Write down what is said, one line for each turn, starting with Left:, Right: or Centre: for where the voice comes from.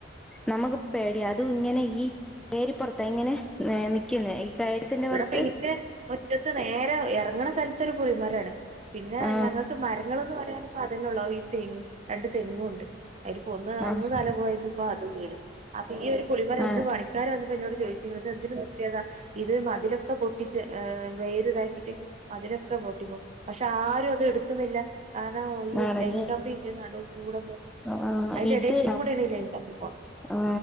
Centre: നമക്ക് പേടിയാ അതും ഇങ്ങനെ ഈ പേരിപ്പുറത്ത ഇങ്ങനെ ഏ നിക്കുന്നെ ഈ- കയത്തിന്റെ
Right: ഇവിടെപ്പ
Centre: പുറത്ത്
Right: എനിക്ക് മുറ്റത്ത് നേരെ ഇറങ്ങണ സ്ഥല ഇതൊരു പുളിമാരാണ് പിന്നെ
Centre: ആ
Right: ഞങ്ങൾക്ക് മരങ്ങളൊന്നും- <unintelligible> അതിൽ പൊന്ന്
Centre: ആ
Right: അന്ന് തല പോയത് ഇപ്പ അത് വീട് അപ്പൊ ഈ ഒരു പുളിമര
Centre: ആ
Right: ഇന്ന് പണിക്കാര എന്നോട് ചോദിച്ചിത് എന്തിന് നിർത്തിയതാ ഇത് മതിലൊക്കെ പൊട്ടിച്ച് ആ വേര് ഇതാക്കിട്ട് മതിലൊക്കെ പൊട്ടിപ്പോവും പക്ഷെ ആരും അത് എടുക്കുന്നില്ല കാരണം ഈ
Centre: ആണല്ലേ
Right: ലൈൻ കമ്പിന്റെ നടുവ കൂടെ പോ
Centre: ആ
Right: അതിന്റെ
Centre: ഇത്
Right: ഇടൽ കൂടൊ ഈ ലൈൻ കമ്പി പോണം
Centre: ആ